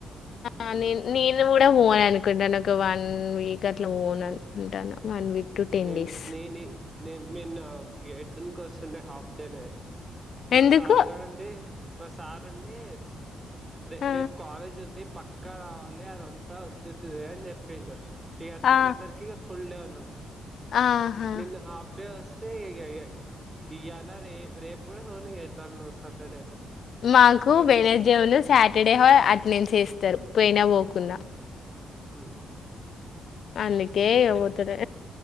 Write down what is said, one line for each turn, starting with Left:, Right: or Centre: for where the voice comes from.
Left: అ
Right: మ్మ్
Left: నిన్ నేన్ నే కూడా ఓన్ అనుకుంటాను ఒక వన్ వీక్ అట్లా ఓన్ అనుకుంటాను వీక్ టు
Right: నేను
Left: డేస్.
Right: నేని నేను నిన్న గేట్దునికి వస్తుండే హాఫ్ డేనే <unintelligible> మా
Left: ఎందుకు?
Right: సార్ గాడండి మా సార్ అండి రే
Left: ఆ!
Right: రేపు కాలేజ్ ఉంది పక్క రావాలి అదంతా ఒత్తుతుద అని చెప్పిండు ఇక అట్లా
Left: ఆ!
Right: అనేసరికిక ఫుల్ డే ఉన్నాం
Left: ఆహా!
Right: నిన్న హాఫ్ డే సే <unintelligible> ఇలా రే రేపు కూడా సోని ఎట్లాన్న సాటర్డే
Left: మాకు
Right: ప్రతిస
Left: బ <unintelligible> న జమున్ సాటర్డే అటెండెన్స్ చేస్తారు పోయినా పోకున్నా
Right: ఉం
Left: అందుకే ఇగ పోతేలే